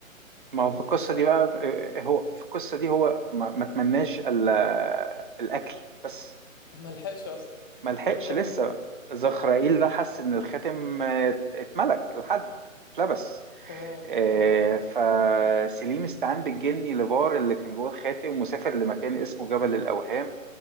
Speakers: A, on the right; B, on the left.
A: ما
B: كان
A: هو في
B: في
A: القصة
B: القصة
A: دي بقى آه، هو في القصة دي هو ما, ما تمناش ال- الأكل بس
B: ملحقش اصلا <laughs>
A: ما لحقش
B: طب كمل
A: لسه
B: طيب
A: زخرائيل ده حس إن الخاتم آه، اتملك لحد اتلبس
B: تمام
A: آه،
B: اه اه
A: فسليم استعان بالجني لبار اللي كان جوه الخاتم وسافر لمكان اسمه جبل الأوهام